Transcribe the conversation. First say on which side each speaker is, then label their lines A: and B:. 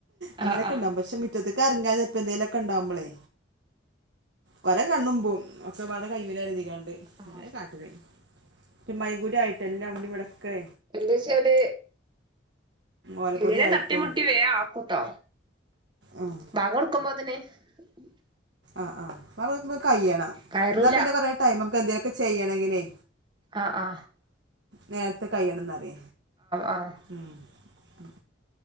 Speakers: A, on the right; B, on the right.
A: അങ്ങനെയൊക്കെ
B: ആഹ് ആഹ്
A: ഉണ്ടാകും. പക്ഷെ മുറ്റത്തക്ക് ഇറങ്ങാൻ ചെലപ്പോ എന്തേങ്കലുമൊക്കെ ഉണ്ടാവുമ്പളെ കൊറെ കണ്ണും പൂം ഒക്കെ വടെ കൈവിരലതി ങ്ങാണ്ട്
B: ആഹ്
A: അങ്ങനെ കാട്ടു തൈ ഉ <unintelligible> മ്മയു കൂടി ആയിട്ടല്ല ഇവിടക്കെ
B: എന്നു വച്ചാല്
A: ഓലക്കൊടി
B: ഇങ്ങനെ
A: ആയിട്ടും
B: തട്ടിമുട്ടി വേഗം ആക്കൂട്ടോ
A: ആഹ്
B: ബാങ്ക് കൊടുക്കുമ്പോഴതിനെ <unintelligible>
A: ആ ആ പ കൈയണം
B: കയറൂല
A: എന്നാ പിന്നെ കൊറെ ടൈം നമുക്ക് എന്തെങ്കൊക്കെ ചെയ്യണങ്കിലേ?
B: ആ ആ
A: നേരത്തെ കൈയണംന്നരേ
B: ആഹ്
A: ഉം ഉം